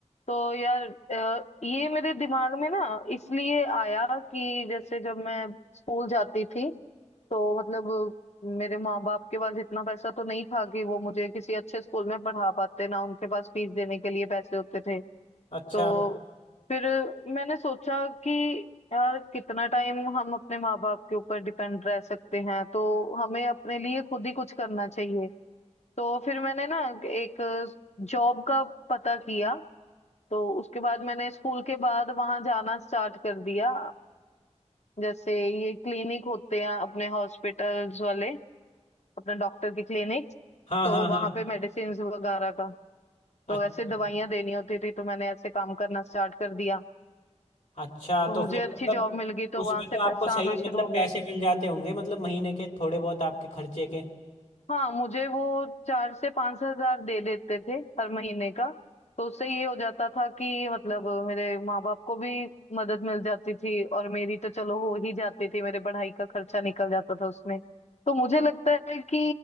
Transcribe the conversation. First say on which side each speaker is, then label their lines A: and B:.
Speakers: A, on the left; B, on the left.
A: तो यार अ, ये मेरे दिमाग में ना इसलिए आया कि जैसे जब मैं स्कूल जाती थी तो मतलब मेरे माँ बाप के पास इतना पैसा तो नहीं था कि वो मुझे किसी अच्छे स्कूल में पढ़ा पाते ना उनके पास फीस देने के लिए पैसे होते थे
B: अच्छा
A: तो फिर मैंने सोचा कि यार कितना टाइम हम अपने माँ बाप के ऊपर डिपेंड रह सकते हैं तो हमें अपने लिए खुद ही कुछ करना चाहिए तो फिर मैंने ना एक जॉब का पता किया तो उसके बाद मैंने स्कूल के बाद वहां जाना स्टार्ट कर दिया जैसे ये क्लिनिक होते हैं अपने हॉस्पिटल्स वाले अपना डॉक्टर की क्लिनिक
B: हाँ
A: तो
B: हाँ
A: वहां
B: हाँ
A: पे मेडिसिन वगैरह का
B: अच्छा
A: तो ऐसे दवाइयां देनी होती थी तो मैंने ऐसे काम करना स्टार्ट कर दिया
B: अच्छा
A: तो
B: तो
A: मुझे
B: फिर
A: अच्छी
B: मतलब
A: जॉब मिल गई तो
B: उसमें
A: वहां से
B: तो आपको
A: पैसा
B: सही
A: आना शुरू
B: मतलब
A: हो गया
B: पैसे मिल जाते होंगे मतलब महीने के थोड़े बहुत आपके खर्चे के
A: हाँ मुझे वो चार से पांच हजार दे देते थे हर महीने का तो उससे ये हो जाता था कि मतलब मेरे माँ बाप को भी मदद मिल जाती थी और मेरी तो चलो हो ही जाती थी मेरे पढ़ाई का खर्चा निकल जाता था उसमें तो मुझे लगता है कि